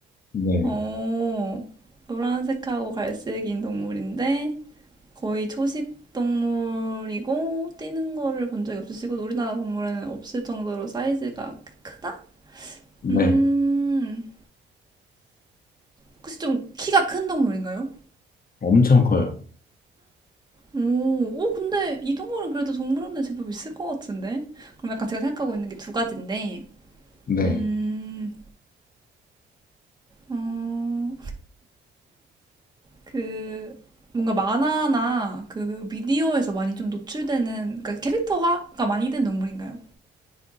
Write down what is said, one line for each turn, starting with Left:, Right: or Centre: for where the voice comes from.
Left: 네,
Right: 어, 노란색하고 갈색인 동물인데 거의 초식 동물이고 뛰는 거를 본 적이 없으시고 우리나라 동물원에는 없을 정도로 사이즈가 크다?
Left: 네,
Right: 음, 혹시 좀 키가 큰 동물인가요?
Left: 엄청 커요.
Right: 오, 오, 근데 이 동물은 그래도 동물원에 제법 있을 것 같은데? 그럼 약간 제가 생각하고 있는 게 두 가지인데,
Left: 네,
Right: 음, 어, 그 뭔가 만화나 그 미디어에서 많이 좀 노출되는 그러니까 캐릭터화가 많이 된 동물인가요?